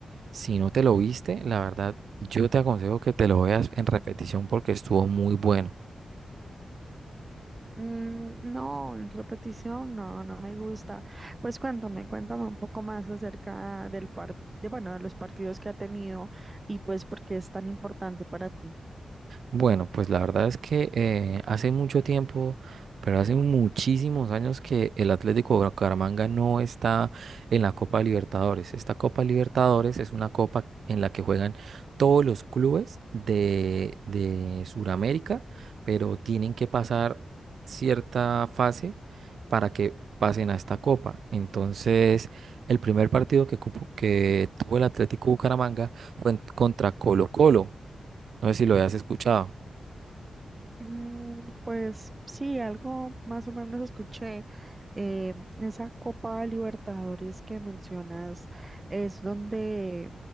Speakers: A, on the right; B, on the right.
A: Si no te lo viste, la verdad, yo te aconsejo que te lo veas en repetición porque estuvo muy bueno.
B: Mm, no, en repetición, no, no me gusta. Pues cuéntame, cuéntame un poco más acerca del par de, bueno, de los partidos que ha tenido y pues por qué es tan importante para ti.
A: Bueno, pues la verdad es que eh, hace mucho tiempo, pero hace muchísimos años que el Atlético Bucaramanga no está en la Copa Libertadores. Esta Copa Libertadores es una copa en la que juegan todos los clubes de, de Sudamérica, pero tienen que pasar cierta fase para que pasen a esta copa. Entonces, el primer partido que, cupo- que tuvo el Atlético Bucaramanga fue en- contra Colo Colo. No sé si lo hayas escuchado.
B: Mm, Pues sí, algo más o menos escuché. Eh, esa Copa Libertadores que mencionas es donde